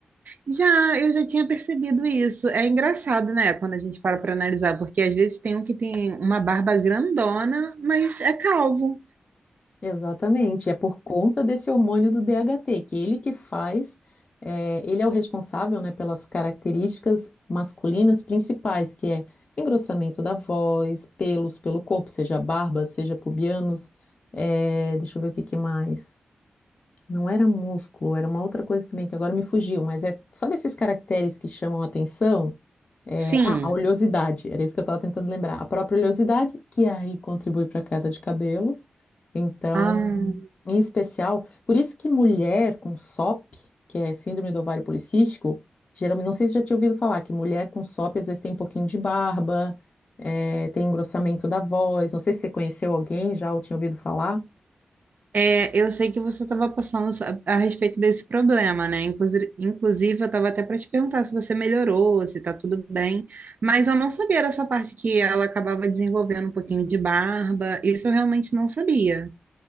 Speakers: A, on the right; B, on the left.
A: Já, eu já tinha percebido isso. É engraçado, né, quando a gente para para analisar, porque às vezes tem um que tem uma barba grandona, mas é calvo.
B: Exatamente, é por conta desse hormônio do DHT, que ele que faz, é, ele é o responsável, né, pelas características masculinas principais, que é engrossamento da voz, pelos pelo corpo, seja barba, seja pubianos, é, deixa eu ver o que que mais. Não era músculo, era uma outra coisa também que agora me fugiu, mas é, sabe esses caracteres que chamam a atenção? É,
A: Sim.
B: ah, a oleosidade, era isso que eu estava tentando lembrar. A própria oleosidade, que aí contribui para a queda de cabelo. Então,
A: Ah,
B: em especial, por isso que mulher com SOP, que é síndrome do ovário policístico, geralmente, não sei se já tinha ouvido falar, que mulher com SOP às vezes tem um pouquinho de barba, é, tem engrossamento da voz. Não sei se você conheceu alguém já ou tinha ouvido falar.
A: é, eu sei que você estava passando so- a, a respeito desse problema, né? Inclusive, inclusive eu estava até para te perguntar se você melhorou, se está tudo bem, mas eu não sabia dessa parte que ela acabava desenvolvendo um pouquinho de barba. Isso eu realmente não sabia.